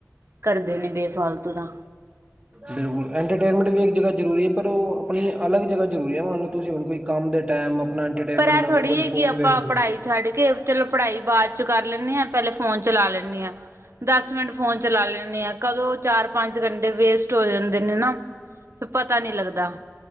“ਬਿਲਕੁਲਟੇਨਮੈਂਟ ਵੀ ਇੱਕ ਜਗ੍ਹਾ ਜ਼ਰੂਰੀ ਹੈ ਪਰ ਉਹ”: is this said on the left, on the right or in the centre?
Right